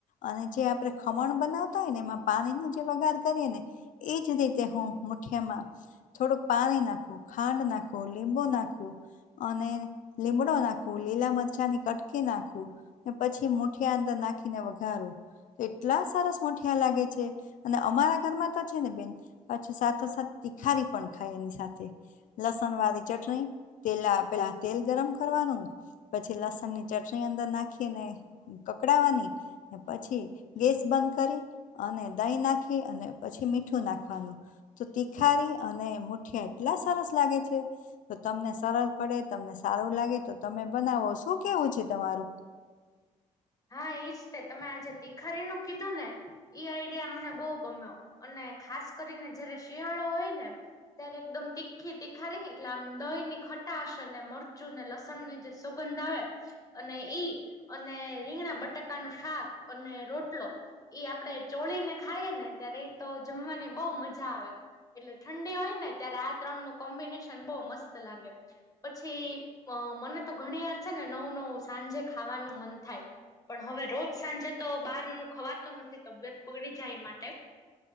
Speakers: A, on the left (about 65°); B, on the left (about 25°).
A: અને જે આપણે ખમણ બનાવતા હોય ને એમાં પાનીનો જે વઘાર કરીએ ને એજ રીતે હું મુઠિયામાં થોડુંક પાણી નાખવું, ખાંડ નાખું, લીંબુ નાખું અને લીમડો નાખું, લીલા મરચા ની કટ કે નાખું ને પછી મુઠિયા અંદર નાખીને વઘારું. એટલા સરસ મુઠિયા લાગે છે અને અમારા ઘરમાં તો છે ને બેન પાછું સાથો સાથે તિખારી પણ ખાય એની સાથે. લસન વારી ચટણી તેલા પેલા તેલ ગરમ કરવાનું પછી લસણ ની ચટણી અંદર નાખીને કકડાવાની ને પછી ગેસ બંધ કરી અને દહીં નાખી અને પછી મીઠું નાખવાનું. તો તિખારી અને મુઠિયા એટલા સરસ લાગે છે. તો તમને સરલ પડે તમને સારું લાગે તો તમે બનાવો. શું કેવું છે તમારું?
B: હા ઇજ તે તમે આજે તીખરીનું કીધું ને ઈ આઈડિયા મને બઉ ગમ્યો અને ખાસ કરીને જયારે શિયાળો હોય ને ત્યારે એકદમ તીખ્ખી તીખારી એટલે આમ દઇ ની ખટાશ અને મરચું ને લસણ ની જે સોગંધ આવે અને ઈ અને રીંગણા બટાકા નું શાક અને રોટલો ઇ આપડે ચોળી ને ખાઈએ ને ત્યારે ઇ તો જમવાની બાઉ મઝા આવે. એટલે ઠંડી હોય ને ત્યારે આ ત્રણ નું કોમ્બિનેશન બોઉ મસ્ત લાગે. પછી અ મને તો ઘણી વાર છે ને નવું નવું સાંજે ખાવાનું મન થાય. પણ હવે રોજ સાંજે તો બહાર નું ખવાતું નથી તબિયત બગડી જાય એ માટે.